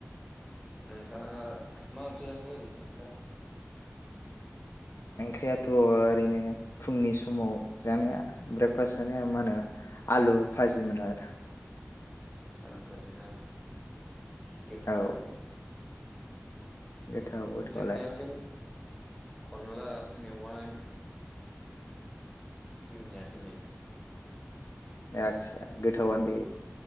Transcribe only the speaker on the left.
ओंख्रियाथ' ओरैनो फुंनि समाव जानाया ब्रेकफास्ट जानाया मा होनो आलु भाजिमोन आरो
औ गोथाव गोथावालाय
आतसा गोथावानो दे